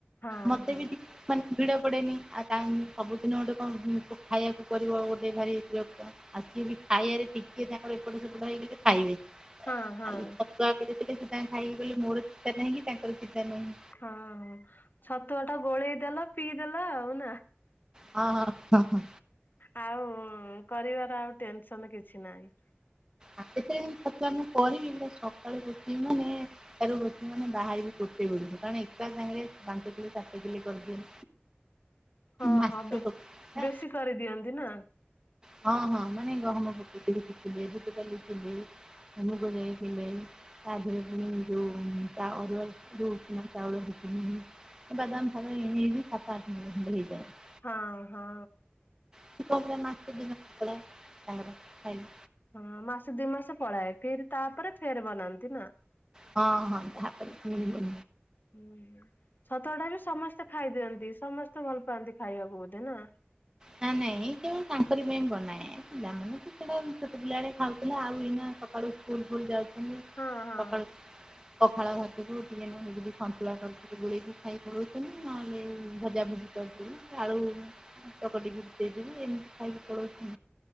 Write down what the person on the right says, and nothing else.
ମତେ
ବି ଟିକେ ମାନେ ଭିଡ଼ ପଡ଼େନି ଆଉ ତା ସବୁଦିନ ଗୋଟେ କଣ ଖାଇବାକୁ ପଡିବ ଗୋଟେ ଭାରି ବିରକ୍ତ। ଆକଚୁଆଲି ଖାଇବାରେ ଟିକେ ତାଙ୍କର ଏପଟେ ସେପଟ ହେଇଗଲେ ଖାଇବେନି।
ଆଉ ଛୁଆ ପ ସେ ଟିକେ ଦେଇଦେଲେ ସେ ଖାଇକି ଗଲେ ମୋର ଚିନ୍ତା ନାହିଁ କି ତାଙ୍କର ଚିନ୍ତା ନାହିଁ।
ହଁ ହଁ ହ ହଁ।
ଆ କେତେବେଳ ମୁଁ ଛତୁଆ ମୁଁ କରିବି ପୁରା ସକାଳୁ ଯିବି ମାନେ ସକାଳୁ ବସିବି ମାନେ ବାହାରିବି ଗୋଟେ ବେଳକୁ କାରଣ ଏକା ସାାଙ୍ଗରେ ପାଞ୍ଚ କିଲି ସାତ କିଲି କରିଦିଏ।
ମାଛ
ପକା
ହଁ ହଁ ମାନେ ଗହମ ପକେଇ ଦିଏ ଦି କିଲେ, ବୁଟଡ଼ାଲି କିଲେ, ମୁଗଜାଇ କିଲେ। ତାଧିଆରେ ପୁଣି ଯୋଉ ତା ଅରୁଆ ଯୋଉ ଉଷୁନା ଚାଉଳ ଦି କିଲେ। ବାଦାମ ଫାଦାମ ଏଇମିତି ସାତ ଆଠ <unintelligible> ହେଇଯାଏ।
ସେ କହୁଥିଲା ମାସେ ଦିମାସ ପଳାଏ। ତାଙ୍କର ଖାଇଲେ
ହଁ ହଁ ତାପ ବିଲ
ନା ନାଇଁ ଏ କେବଳ ତାଙ୍କର ପାଇଁ ବନାଏ। ପିଲା ମମାନେ ସେ ସେଟା ଛୋଟ ପିଲା ବେଳେ ଖାଉଥିଲେ ଆଉ ଏଇନା ସକାଳୁ ସ୍କୁଲ ଫୁଲ ଯାଉଚନ୍ତି ସକାଳୁ
ସକାଳୁ ପଖାଳ ଭାତ <unintelligible> ସନ୍ତୁଳା କରିଦି ଗୁଳେଇକି ଖାଇ ପଉନି ନହେଲେ ଭଜା ଭଜି କରିଦଉ। ଆଳୁ ଚକଟିକି ଦେଇଦବୁ ଏମିତି ଖାଇକି ପଳାଉଛିି